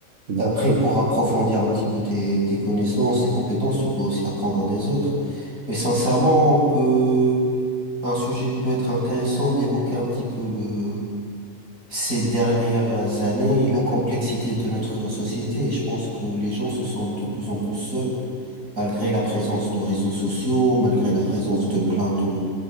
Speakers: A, on the right (about 70°); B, on the right (about 90°).
A: exactement.
B: Et après, pour approfondir un petit peu tes, tes connaissances, tes compétences, tu peux aussi apprendre des autres. Mais sincèrement, on peut, un sujet peut être intéressant d'évoquer un petit peu le, Ces dernières années, et la complexité de notre société, et je pense que les gens se sentent de plus en plus seuls, malgré la présence de réseaux sociaux, malgré
A: Ouais,
B: la
A: c'est
B: présence
A: ça le problème.
B: de plein de